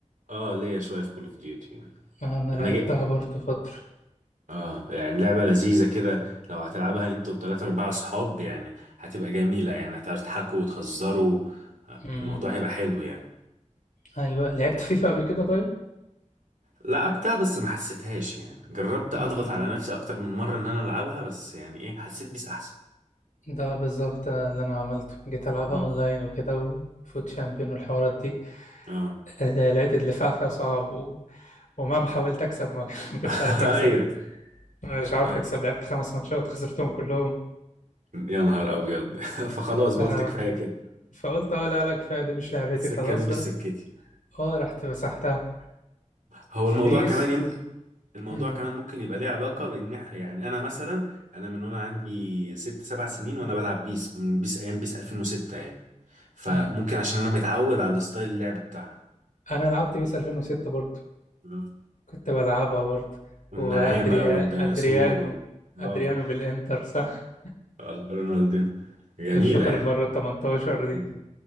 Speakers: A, on the right (about 85°); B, on the left (about 85°).
A: اه ليا شويه في كول اوف ديوتي
B: انا لعبتها
A: انا جاي
B: برضو فتره
A: اه يعني لعبه لذيذه كده لو هتلعبها انت وثلاثة اربعة اصحاب يعني هتبقى جميله يعني هتعرفوا تضحكوا وتهزروا
B: امم
A: الموضوع هيبقى حلو يعني
B: ايوه لعبت فيفا قبل كده طيب
A: لعبتها بس ما حسيتهاش يعني جربت
B: امم
A: اضغط على نفسي اكتر من مرة ان انا العبها بس يعني ايه حسيت بيس احسن
B: ده بالظبط اللي انا عملته جيت العبها
A: مم.
B: اونلاين وكده وفوت شامبيون والحوارات دي
A: اه
B: آه، لقيت الدفاع فيها صعب و... ومهما حاولت اكسب ما <laughs> ما كنتش
A: <laughs>
B: عارف اكسب
A: ايوه
B: مش عارف
A: ايوه
B: اكسب لعبت خمس ماتشات خسرتهم كلهم
A: يا نهار ابيض <laughs> فخلاص بقولت
B: آه،
A: كفايه كده
B: فقلت اه لا لا كفايه دي مش لعبتي
A: السكه
B: خلاص
A: دي مش سكتي
B: اه رحت مسحتها
A: هو الموضوع
B: بيس
A: كمان يمكن الموضوع
B: امم
A: كمان ممكن يبقى ليه علاقه بان إح- يعني انا مثلا انا من وانا عندي ست سبع سنين وانا بلعب بيس من بيس ايام بيس 2006 يعني فممكن
B: امم
A: عشان انا متعود على الستايل اللعب بتاعها
B: انا لعبت بيس 2006 برضو
A: آه.
B: كنت بلعبها برضو
A: والنعامه
B: وادريا
A: والديناصور
B: ادريانو
A: و...
B: ادريانو
A: اه
B: بالانتر صح
A: آه، رونالدينو جميلة
B: الشوطه
A: يعني
B: اللي من بره ال 18 دي
A: مم.